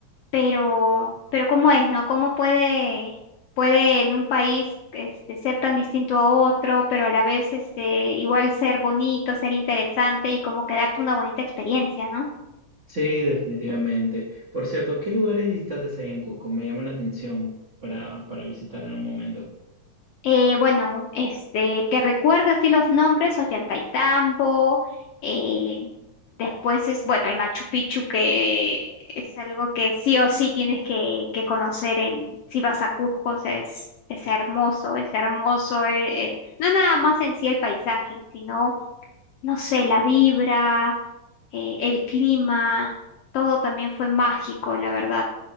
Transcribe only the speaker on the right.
Sí, definitivamente. Por cierto, ¿qué lugares visitantes hay en Cusco? Me llama la atención para, para visitar en un momento.